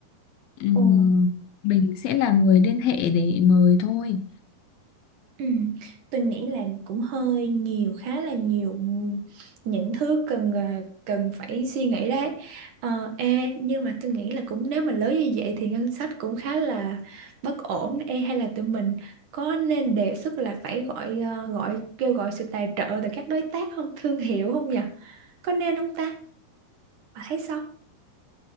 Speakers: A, on the left; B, on the right.
A: Ừm,
B: Ồ.
A: mình sẽ là người liên hệ để mời thôi.
B: Ừ, tôi nghĩ là cũng hơi nhiều khá là nhiều những thứ cần ờ, cần phải suy nghĩ đấy ờ, ê, nhưng mà tôi nghĩ là cũng nếu mà lớn như vậy thì ngân sách cũng khá là bất ổn ê, hay là tụi mình có nên đề xuất là phải gọi ờ, gọi kêu gọi sự tài trợ từ các đối tác không thương hiệu không nhỉ có nên không ta bà thấy sao